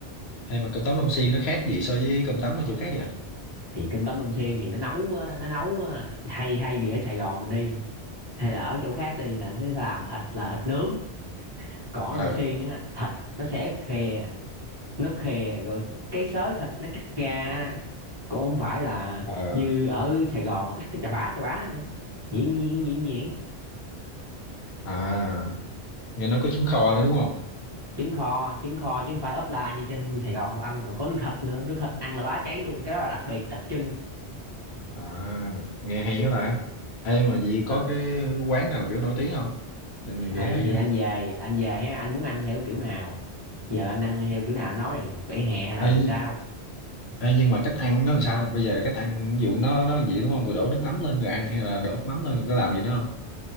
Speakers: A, on the left (about 70°); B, on the right (about 25°).
A: hay mà cơm tấm Long Xuyên nó khác gì so với cơm tấm ở chỗ khác vậy
B: thì cơm tấm Long Xuyên thì nó nấu á, nó nấu á, hay hay vì ở Sài Gòn mình đi hay là ở chỗ khác đi là nó làm thịt là thịt nướng còn ở
A: ờ
B: Long Xuyên á thịt nó sẽ khè nó khè rồi cái xớ thịt nó cắt ra á, cũng không phải là
A: ờ
B: như ở Sài Gòn mà cắt cái chà bá chà bá nữa nhuyễn nhuyễn nhuyễn nhuyễn
A: à nghe nói có trứng kho nữa đúng không
B: trứng kho trứng kho chứ không phải ốp la như trên Sài Gòn đâu anh còn có nước thịt nữa nước thịt ăn là bá cháy luôn cái đó là đặc biệt đặc trưng
A: à nghe hay quá ta Ê mà vậy
B: ờ,
A: có cái quán nào kiểu nổi tiếng không để mình ghé
B: thì
A: ăn á
B: anh về anh về á anh muốn ăn theo kiểu nào giờ anh ăn theo kiểu nào anh nói đi vỉa hè hay là làm
A: Ê,
B: sao
A: Ê, nhưng mà cách ăn nó làm sao bây giờ cách ăn ví dụ nó nó làm gì đúng không rồi đổ nước mắm lên rồi ăn hay là đổ nước mắm lên rồi có làm gì nữa không